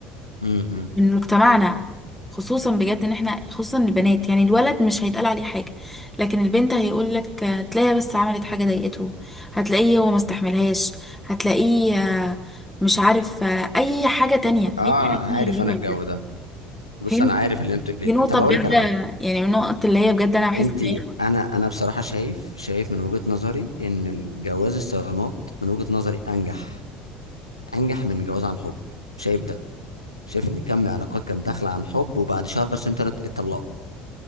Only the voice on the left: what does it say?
امم
اه
عارف
انا الجو
ده بص
انا عارف اللي انت بتقوليه
ده. طب
اقول لك على حاجه
انت
انا انا بصراحه شايف شايف من وجهه نظري ان الجواز الصالونات من وجهه نظري انجح انجح من جواز عن حب شايف ده شايف ان كم علاقات كان داخله عن حب وبعد شهر سنتين اتطلقوا